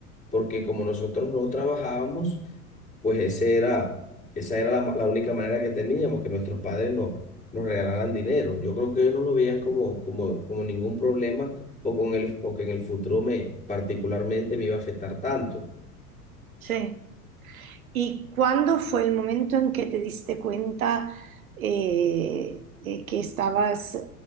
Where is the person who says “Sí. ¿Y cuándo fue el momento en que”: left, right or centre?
Right